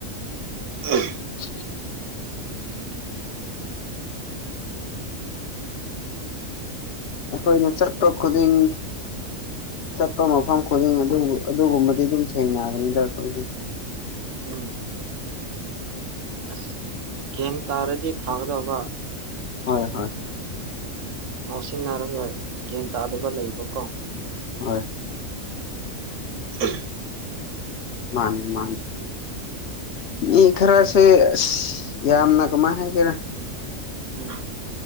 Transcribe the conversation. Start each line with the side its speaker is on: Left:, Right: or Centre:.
Right: ꯎꯝ
Left: ꯑ ꯑꯩꯈꯣꯏꯅ ꯆꯠꯄ ꯈꯨꯗꯤꯡ ꯆꯠꯄ ꯃꯐꯝ ꯈꯨꯗꯤꯡ ꯑꯗꯨ ꯑꯗꯨꯒꯨꯝꯕꯗꯤ ꯑꯗꯨꯝ ꯁꯦꯡꯅꯒꯅꯤ ꯈꯣꯏꯗꯤ
Right: ꯑꯪ ꯑꯁ ꯒꯦꯝ ꯇꯥꯔꯗꯤ ꯐꯥꯒꯗꯕ
Left: ꯍꯣꯏ ꯍꯣꯏ
Right: ꯉꯥꯎꯁꯤꯟꯅꯔꯒ ꯒ꯭ꯌꯥꯟ ꯇꯥꯗꯕ ꯂꯩꯕꯀꯣ
Left: ꯍꯣꯏ
Right: ꯎꯝ
Left: ꯃꯥꯅꯦ ꯃꯥꯅꯤ ꯃꯤ ꯈꯔꯁꯦ ꯑꯁ ꯌꯥꯝꯅ ꯀꯃꯥꯏꯅ ꯍꯥꯏꯒꯦꯔꯥ
Right: ꯎꯝ